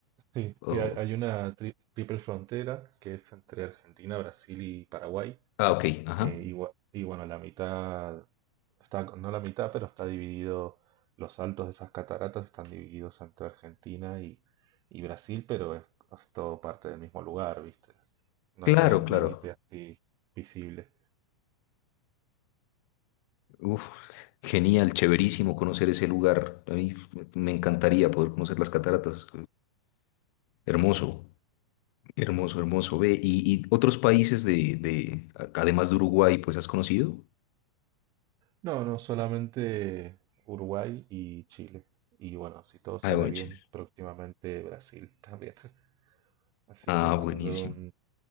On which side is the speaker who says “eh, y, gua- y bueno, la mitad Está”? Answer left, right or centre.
Right